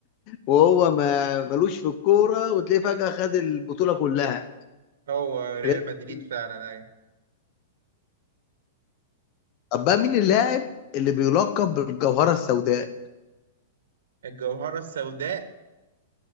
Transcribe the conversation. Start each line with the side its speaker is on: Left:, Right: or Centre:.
Left: وهو ما ملوش في الكورة وتلاقيه فجأة خد البطولة كلها
Right: هو ريال
Left: ريال
Right: مدريد
Left: مدريد.
Right: فعلا أيوة
Left: طب بقى مين اللاعب اللي بيلقب بالجوهرة السوداء
Right: الجوهرة السوداء